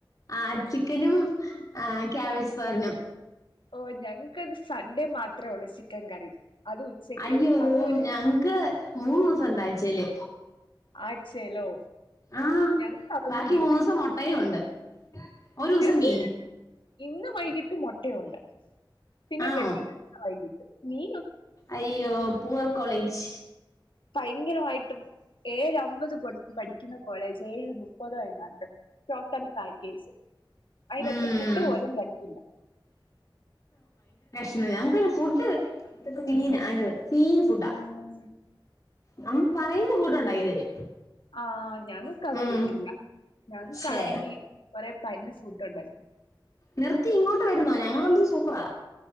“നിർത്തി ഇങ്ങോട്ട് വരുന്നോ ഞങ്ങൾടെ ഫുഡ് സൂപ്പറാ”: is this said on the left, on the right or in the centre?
Left